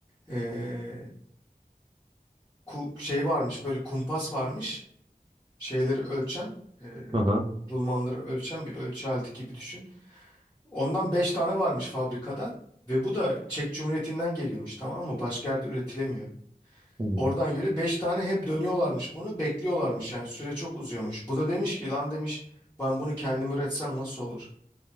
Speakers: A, on the left; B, on the right.
A: Ee, ku- şey varmış böyle kumpas varmış şeyleri ölçen e,
B: Aha.
A: rulmanları ölçen bir ölçü aleti gibi düşün. Ondan 5 tane varmış fabrikada ve bu da Çek Cumhuriyeti'nden geliyormuş tamam mı? Başka yerde üretilemiyor.
B: Hı hı.
A: Oradan geliyor 5 tane hep dönüyorlarmış bunu bekliyorlarmış yani süre çok uzuyormuş. Bu da demiş ki lan demiş ben bunu kendim üretsem nasıl olur?